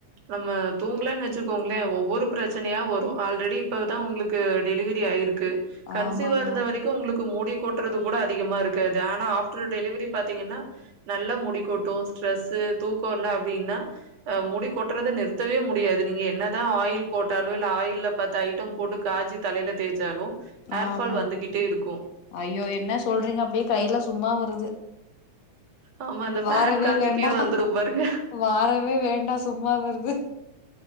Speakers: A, on the right; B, on the left.
A: நம்ம தூங்கலன்னு வச்சுக்கோங்களேன் ஒவ்வொரு பிரச்சனையா வரும் ஆல்ரெடி இப்பதான் உங்களுக்கு டெலிவரி ஆயிருக் கு கன்சிவ
B: ஆமாங்க
A: இருந்த வரைக்கும் உங்களுக்கு மூடி கொட் கொட்றது கூட அதிகமா இருக்காது ஆனா ஆப்டர் டெலிவரி பாத்தீங்கன்னா நல்லா முடி கொட்டும் ஸ்ட்ரெஸ் தூக்கம் இல்ல அப்படின்னா அஹ் முடி கொட்டுறதை நிறுத்தவே முடியாது நீங்க என்னதான் ஆயில் போட்டாலும் இல்ல ஆயில்ல பத்து ஐட்டம் போட்டு காசி தலையில தேய்ச்சாலும் ஹேர்
B: ஆமா
A: ஃபால் வந்துகிட்டே இருக்கும்.
B: ஐயோ என்ன சொல்றீங்க அப்படியே கையில சும்மா வருது
A: ஆமா, இந்த
B: வறவே
A: ஃபேன் காத்துக்கே
B: வேண்டாம்
A: வந்துரும் பாருங்க.
B: வறவே வேண்டாம் சும்மா வருது